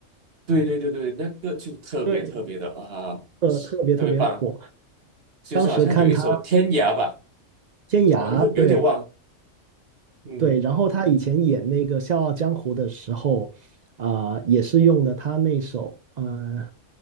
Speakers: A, on the right; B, on the right.
A: 对对对对，那个就特别特别的啊，
B: 对，呃，特别特别火。
A: 特别棒，就是好像有一首《天涯》吧，
B: 当时看他天涯，
A: 忘了有点忘，
B: 对
A: 嗯。
B: 对，然后他以前演那个《笑傲江湖》的时候，啊、也是用的他那首，嗯、